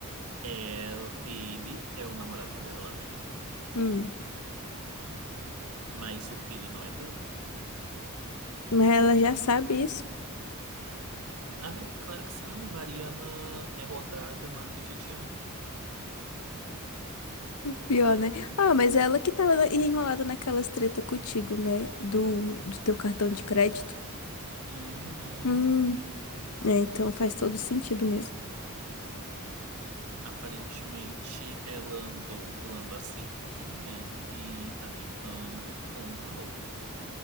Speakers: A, on the right; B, on the left.
A: é... ele é o namorado dela, né?
B: Hum.
A: Mas o filho não é dele.
B: Mas ela já sabe isso.
A: Amiga, claro que sabe. Mariana é rodada, marca o dia de ontem.
B: Pior, né? Ah, mas é ela que tava na- enrolada naquelas treta contigo, né? Do, do teu cartão de crédito.
A: Uhum.
B: Hum. É, então faz todo sentido mesmo.
A: Aparentemente, ela andou pulando a cerquinha e tá ficando com o Mauro.